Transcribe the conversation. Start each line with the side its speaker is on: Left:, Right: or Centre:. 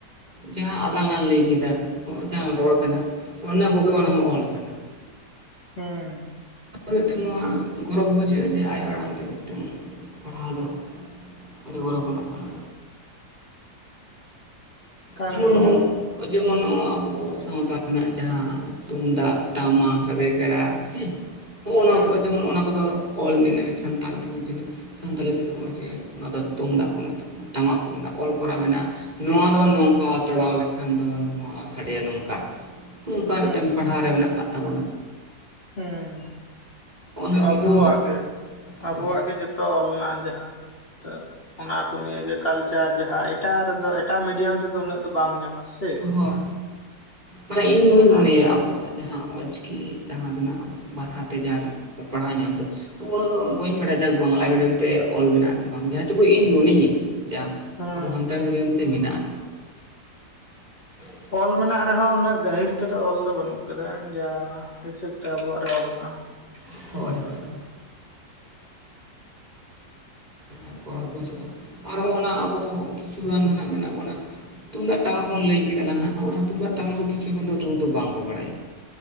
Right: ᱡᱟᱦᱟᱸ ᱟᱞᱟᱝ
Left: ᱦᱮᱸ
Right: ᱟᱜ ᱞᱟᱹᱭ ᱠᱮᱫᱟ ᱦᱚᱸᱚᱭ ᱡᱟᱦᱟᱸ ᱨᱚᱲ ᱠᱟᱱᱟ ᱦᱟᱜ ᱚᱱᱟ ᱠᱚᱜᱮ ᱚᱱᱟ ᱦᱚᱸ ᱚᱞ ᱠᱟᱱᱟ
Left: ᱦᱮᱸ
Right: ᱢᱤᱫᱴᱟᱝ ᱱᱚᱣᱟ ᱜᱚᱨᱚᱵᱽ ᱵᱩᱡᱷᱟᱹᱜᱼᱟ ᱡᱮ ᱟᱭᱳ ᱟᱲᱟᱝ ᱛᱮ ᱢᱤᱫᱴᱟᱝ ᱯᱟᱲᱦᱟᱣ ᱫᱚ ᱟᱹᱰᱤ ᱜᱚᱨᱚᱵᱽ ᱟᱱᱟᱜ ᱠᱟᱱᱟ᱾
Left: ᱠᱟᱱ
Right: ᱡᱮᱢᱚᱱ
Left: ᱜᱮᱭᱟ
Right: ᱡᱮᱢᱚᱱ ᱱᱚᱶᱟ ᱟᱵᱚ ᱥᱟᱶᱛᱟ ᱨᱮᱱᱟᱜ ᱡᱟᱦᱟᱸ ᱛᱩᱢᱫᱟᱜ, ᱴᱟᱢᱟᱠ, ᱨᱮᱜᱽᱲᱟ ᱦᱮᱸ᱾ ᱦᱚᱜᱼᱚ ᱱᱚᱣᱟ
Left: ᱦᱮᱸ
Right: ᱠᱚ ᱡᱮᱢᱚᱱ ᱚᱱᱟ ᱠᱚ ᱫᱚ᱾ ᱚᱞ ᱢᱮᱱᱟᱜᱼᱟ ᱥᱟᱱᱛᱟᱞᱤ ᱛᱮ ᱦᱚᱸ ᱥᱟᱱᱛᱟᱞᱤ ᱛᱮ ᱦᱚᱸ ᱪᱤᱱᱟᱹᱠ ᱡᱮ ᱚᱱᱟ ᱫᱚ ᱛᱩᱢᱫᱟᱜ ᱠᱚ ᱢᱮᱛᱟᱜᱼᱟ᱾ ᱴᱟᱢᱟᱠ ᱠᱩ ᱢᱮᱛᱟᱜ᱾ ᱚᱞ ᱠᱚᱨᱟ ᱢᱮᱱᱟᱜᱼᱟ ᱱᱚᱣᱟ ᱫᱚ ᱱᱚᱝ᱾ ᱱᱚ ᱛᱚᱲᱟᱣ ᱞᱮᱠᱷᱟᱱ ᱫᱚ ᱱᱚᱣᱟ ᱥᱟᱰᱮᱭᱟ ᱱᱚᱝᱠᱟ ᱱᱚᱝᱠᱟ ᱢᱤᱫᱴᱟᱝ
Left: ᱦᱮᱸ
Right: ᱯᱟᱲᱦᱟᱣ ᱨᱮ ᱢᱮᱱᱟᱜ ᱟᱠᱟᱫ ᱛᱚ ᱛᱟᱵᱱᱟ
Left: ᱦᱮᱸ <unintelligible> ᱛᱚ
Right: ᱞᱟᱹᱜᱤᱫ
Left: ᱟᱵᱚᱣᱟᱜ
Right: ᱦᱚᱸ
Left: ᱜᱮ, ᱟᱵᱚᱣᱟᱜ
Right: ᱦᱳᱭ
Left: ᱜᱮ ᱡᱚᱛᱚ ᱚᱞᱱᱟ ᱡᱟᱦᱟᱸ, ᱛᱚ ᱚᱱᱟ ᱠᱚ ᱱᱤᱭᱟᱹ ᱜᱮ ᱠᱟᱞᱪᱟᱨ ᱡᱟᱦᱟᱸ ᱮᱴᱟᱜ ᱨᱮᱫᱚ ᱮᱴᱟᱜ ᱢᱤᱰᱤᱭᱟᱢ ᱨᱮᱫᱚ ᱩᱱᱟᱹᱜ ᱫᱚ ᱵᱟᱢ ᱧᱟᱢᱟ᱾ ᱥᱮ
Right: ᱦᱳᱭ ᱢᱟᱱᱮ ᱤᱧ ᱦᱚᱸᱧ
Left: ᱚᱱᱟ
Right: ᱢᱚᱱᱮᱭᱟ ᱟᱵᱚᱣᱟᱜ᱾ ᱡᱟᱦᱟᱸ ᱚᱪᱤᱠᱤ ᱛᱟᱸᱻᱦᱟᱸ ᱫᱚ ᱱᱟᱜ ᱵᱷᱟᱥᱟᱛᱮ ᱡᱟᱦᱟᱸ ᱱᱟᱜ ᱠᱚ ᱯᱟᱲᱦᱟᱣ ᱧᱟᱢ ᱫᱚ ᱦᱚᱜᱼᱚ ᱱᱤ ᱫᱚ ᱵᱟᱹᱧ ᱵᱟᱲᱟᱭᱟ᱾ ᱡᱟᱠ ᱵᱟᱝᱞᱟ ᱢᱤᱰᱤᱭᱟᱢ ᱛᱮ ᱚᱞ ᱢᱮᱱᱟᱜᱼᱟ ᱥᱮ ᱵᱟᱝ ᱡᱟᱦᱟᱸ ᱴᱩᱠᱩ ᱤᱧ ᱢᱚᱱᱮᱭᱟᱹᱧ᱾ ᱡᱟ
Left: ᱦᱮᱸ
Right: ᱟᱵᱚ ᱥᱟᱱᱛᱟᱲ
Left: ᱦᱮᱸ
Right: ᱢᱤᱰᱤᱭᱟᱢ ᱛᱮ ᱢᱮᱱᱟᱜᱼᱟ᱾ ᱦ <inaudible>
Left: ᱚᱞ ᱢᱮᱱᱟᱜ ᱨᱮᱦᱚᱸ ᱩᱱᱟᱹᱜ ᱜᱟᱹᱦᱤᱨ ᱛᱮᱫᱚ ᱚᱞ ᱫᱚ ᱵᱟᱹᱱᱩᱜ ᱠᱟᱫᱟ ᱡᱟ ᱦᱤᱥᱟᱹᱵ ᱛᱮ ᱟᱵᱚᱣᱟᱜ᱾ ᱞᱱᱟ <unintelligible>
Right: ᱦᱳᱭ ᱦᱳᱭ ᱟᱴ <unintelligible> ᱯᱚᱨᱚᱵᱽ ᱯᱪ ᱟᱨᱦᱚᱸ ᱚᱱᱟ ᱟᱵᱚ ᱠᱤᱪᱷᱩ ᱜᱟᱱ ᱫᱚ ᱱᱟᱦᱟᱸᱜ ᱢᱮᱱᱟᱜ ᱵᱚᱱᱟ᱾ <unintelligible> ᱛᱩᱢᱫᱟᱜ ᱴᱟᱢᱟᱠ ᱵᱚᱱ ᱞᱟᱹᱭ ᱠᱮᱫᱟ ᱱᱟᱦᱟᱜ, ᱦᱚᱸᱜ ᱚᱭ ᱱᱚᱣᱟ ᱛᱩᱢᱫᱟᱜ ᱴᱟᱢᱟᱠ ᱫᱚ ᱠᱤᱪᱷᱩ ᱜᱟᱱ ᱫᱚ ᱨᱩ ᱫᱚ ᱵᱟᱝᱠᱚ ᱵᱟᱲᱟᱭᱟ᱾